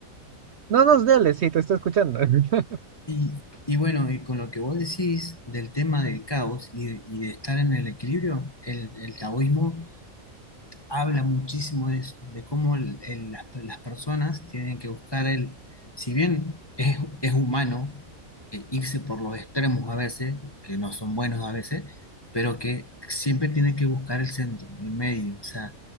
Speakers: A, on the right; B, on the left.
A: No nos dales, sí, te estoy escuchando. <laughs>
B: Y, y bueno, y con lo que vos decís del tema del caos y de, y de estar en el equilibrio, el, el taoísmo habla muchísimo de eso, de cómo el- el- las, las personas tienen que buscar el, si bien es, es humano eh, irse por los extremos a veces, que no son buenos a veces, pero que siempre tienen que buscar el centro, el medio, o sea,